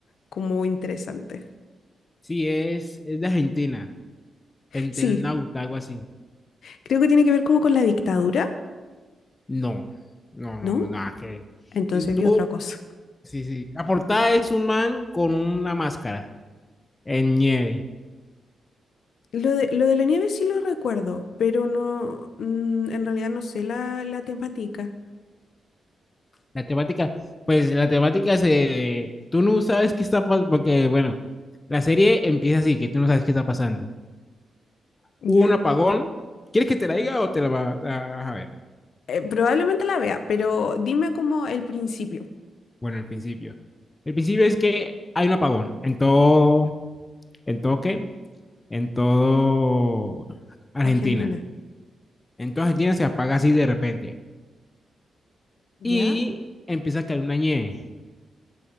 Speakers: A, on the left; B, on the left.
A: como interesante.
B: Sí, es, es de Argentina. Entenauta,
A: Sí,
B: algo así.
A: creo que tiene que ver como con la dictadura,
B: No, no, no,
A: ¿no?
B: no, nada que ver.
A: Entonces
B: Y Tú,
A: vi otra cosa.
B: sí, sí. La portada es un man con una máscara en nieve.
A: Lo de, lo de la nieve sí lo recuerdo, pero no, mm, en realidad no sé la, la temática,
B: La temática, pues la temática se. Tú no sabes qué está pasando, porque, bueno, la serie empieza así, que tú no sabes qué está pasando.
A: ¿ya?
B: hubo un apagón. ¿Quieres que te la diga o te la va- la vas a a ver?
A: Eh, probablemente la vea, pero dime como el principio,
B: Bueno, el principio. El principio es que hay un apagón en todo, en todo qué, en todo Argentina.
A: Argentina,
B: En toda Argentina se apaga así de repente.
A: ¿ya?
B: Y empieza a caer una nieve.